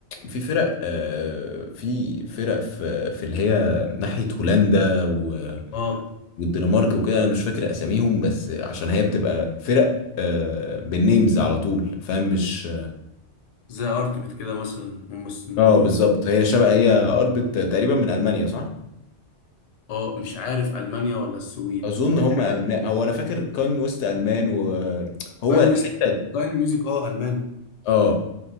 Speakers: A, on the left (about 85°); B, on the left (about 50°).
A: في فرق آه، في فرق في في اللي هي ناحية هولندا و-
B: اه
A: والدنمارك وكده انا مش فاكر اساميهم بس عشان هي بتبقى فرق آه، بالنيمز على طول فاهم مش
B: زي ارتبت كده مثلا هم الس- بي-
A: اه بالظبط هي شبه
B: سويد
A: هي
B: دول.
A: قربت تقريبا من المانيا صح
B: اه مش عارف المانيا ولا السويد
A: اظن
B: كانت
A: هم
B: حاجه
A: المان هو انا فاكر كاين ويست المان وهو
B: كاين
A: الحتة
B: ويست كاين ميوزك اه الماني
A: اه